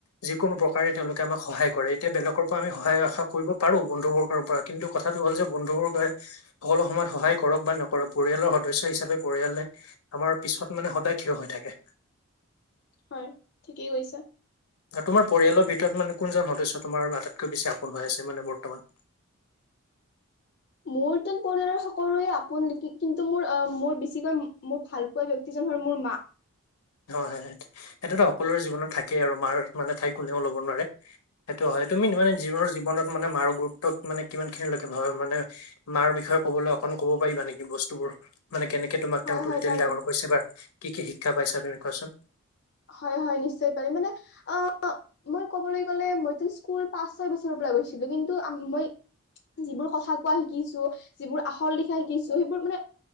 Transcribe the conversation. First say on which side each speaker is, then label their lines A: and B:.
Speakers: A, on the left (about 85°); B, on the left (about 50°).
A: যিকোন প্ৰকাৰে তেওঁলোকে আমাক সহায় কৰে এতিয়া বেলেগৰ পৰা আমি সহায় আশা কৰিব পাৰো বন্ধু বৰ্গৰ পৰা কিন্তু কথাটো হল যে বন্ধু বৰ্গই সকলো সময়ত সহায় কৰক বা নকৰক পৰিয়ালৰ সদস্য় হিচাপে পৰিয়ালে আমাৰ পিছত মানে সদায় থিয় হৈ থাকে।
B: হয়, ঠিকেই কৈছা।
A: তোমাৰ পৰিয়ালৰ ভিতৰত মানে কোনজন সদস্য আটাইতকৈ বেছি আপোন হৈ আছে? মানে বৰ্তমান।
B: মোৰ পৰিয়ালৰ সকলোৱে আপোন। কিন্তু মোৰ- মোৰ বেছিকৈ মোৰ ভাল পোৱা ব্যক্তিজন হ'ল মোৰ মা।
A: হয়, হয় সেইটোতো সকলোৰে জীৱনত থাকেই আৰু মাৰ মানে ঠাই কোনেও ল'ব নোৱাৰে। সেইটো হয়, তুমি মানে জীনৰ -জীৱনত মানে মাৰ গুৰু্ব মানে কিমান খিনিলৈকে ভাৱা মানে মাৰ বিষয়ে কবলৈ অকন কব পাৰিবা নেকি, বস্তুবোৰ? মানে কেনেকে তোমাক তেওঁ
B: হয়
A: তুলি-
B: হয়
A: তালি
B: পাৰিম
A: ডাঙৰ কৰিছে বা কি কি শিক্ষা পাইছা? তুমি কোৱাচোন?
B: হয়, হয় নিশ্চয় পাৰিম। মানে অ' মই কবলৈ গ'লে। মইতো স্কুল পাঁচ, ছয় বছৰৰ পৰা গৈছিলো। কিন্তু মই যিবোৰ কথা কোৱা শিকিছো যিবোৰ আখল লিখা শিকিছো। সেইবোৰ মানে